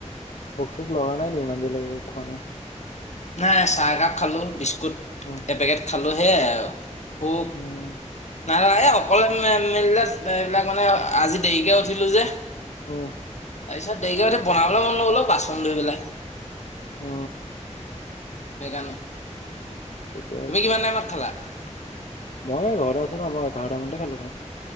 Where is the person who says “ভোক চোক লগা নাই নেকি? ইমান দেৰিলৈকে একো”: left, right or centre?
Left